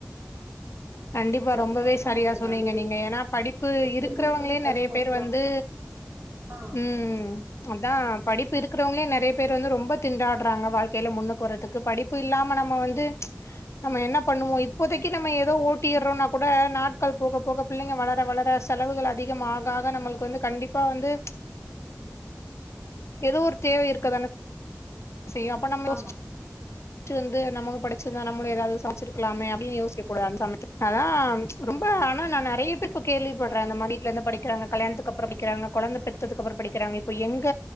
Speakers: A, on the left; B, on the right.
A: கண்டிப்பா
B: படிப்பு
A: ரொம்பவே
B: மட்டும்தா
A: சரியா
B: நமக்கு
A: சொன்னீங்க
B: நல்லது
A: நீங்க ஏன்னா படிப்பு
B: ஒரு
A: இருக்கிறவங்களே
B: பெண்களுக்கு வந்து படிப்பு
A: நிறைய
B: மட்டு
A: பேர் வந்து
B: ஆ
A: ம் அதான் படிப்பு இருக்கிறவங்கள நிறைய பேர் வந்து ரொம்ப திண்டாடுறாங்க வாழ்க்கையில முன்னுக்கு வறதுக்கு படிப்பு இல்லாம நம்ம வந்து நம்ம என்ன பண்ணுவோம் இப்போதைக்கு நம்ம ஏதோ ஓ ட்டிடுறோம்னா கூட நாட்கள் போக போக பிள்ளைங்க வளர வளர செலவுகள் அதிகம் ஆக நம்மளுக்கு வந்து கண்டிப்பா வந்து ஏதோ ஒரு தேவை இருக்குதான செய்யும் அப்ப நம்ம யோச்சு
B: ஆமா
A: வந்து நம்ம படிச்சிருந்தா நம்மளு ஏதாவது சாதிச்சிருக்கலாமே அப்படின்னு யோசிக்க கூடாது அந் சமயதுல அதான் ரொம்ப ஆனா நான் நிறைய பேர் இப்ப கேள்விப்படுறேன் இந்த மாதிர வீட்டுல இருந்து படிக்கிறாங்க கல்யாணத்துக்கு அப்புறம் படிக்கிறாங்க குழந்தை பெத்ததுக்கு அப்புறம் படிக்கிறாங்க இப்ப எங்க